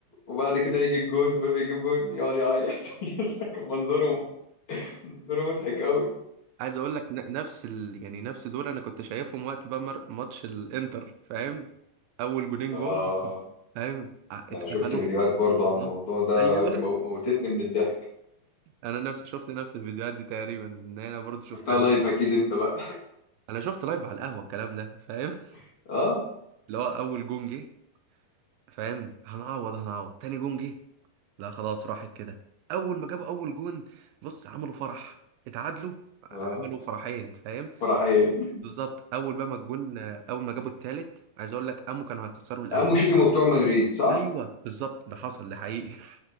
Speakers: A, on the left; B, on the right.
A: وبعد كده يجي الجون مبابي يجيب جون يقعد يعيط <laughs> يا اسطى كان منظره منظره مضحك قوي
B: عايز اقول لك ن- نفس ال... يعني نفس دول انا كنت شايفهم وقت بقى مر- ماتش الانتر فاهم اول جونين
A: اه
B: جم <laughs> فاهم ع- اتقفلوا
A: ده انا شفت فيديوهات برضو
B: والله
A: عن الموضوع ده
B: ايوه
A: تمو- موتتني من الضحك
B: انا نفس شفت نفس الفيديوهات دي تقريبا ان انا برضو شفت
A: شفتها
B: عن
A: لايف اكيد
B: الحاجات
A: انت
B: دي
A: بقى
B: انا شفت لايف على القهوه الكلام ده فاهم
A: <laughs> اه
B: <laughs> اللي هو اول جون جه فاهم هنعوض هنعوض تاني جون جه لا خلاص راحت كده اول ما جابوا اول جون بص عملوا فرح اتعادلوا عملوا
A: اه
B: فرحين فاهم
A: فرحين
B: بالظبط اول بقى ما الجون اول ما جابوا التالت عايز اقول لك قاموا كانوا هيكسروا القهوه
A: قاموا شتموا بتوع مدريد صح
B: ايوه بالظبط ده حصل ده حقيقي <laughs>